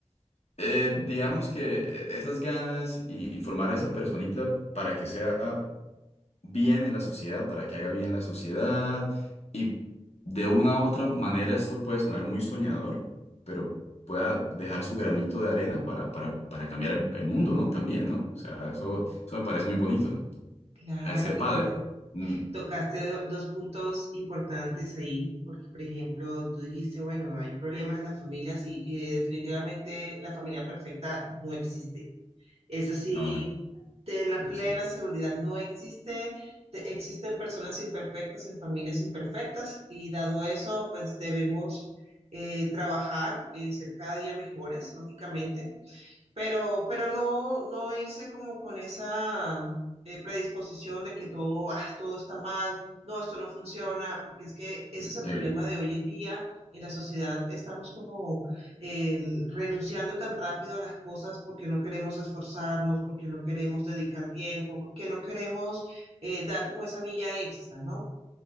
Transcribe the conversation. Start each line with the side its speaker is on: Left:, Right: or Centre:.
Left: eh, digamos que eh, esas ganas y, y formar a esa personita para que sea bien en la sociedad, para que haga bien la sociedad y de una u otra manera esto puede sonar muy soñador, pero pueda dejar su granito de arena para, para, para cambiar el, el mundo, ¿no? También, ¿no? O sea, eso, eso me parece muy bonito.
Right: Claro,
Left: Al ser padre.
Right: y mira,
Left: Mm,
Right: tocaste do- dos puntos importantes ahí, porque por ejemplo, tú dijiste, bueno, hay problemas en las familias y, y definitivamente la familia perfecta no existe. Es así,
Left: No, no,
Right: ten la
Left: no existe.
Right: plena seguridad. No existe, te- existen personas imperfectas en familias imperfectas y dado eso, pues debemos eh, trabajar en ser cada día mejores, lógicamente pero, pero no, no irse como con esa eh, predisposición de que todo, ah, todo está mal, no, esto no funciona, porque es que ese
Left: Sí.
Right: es el problema de hoy en día. En la sociedad estamos como eh, renunciando tan rápido a las cosas porque no queremos esforzarnos, porque no queremos dedicar tiempo, porque no queremos eh, dar como esa milla extra, ¿no?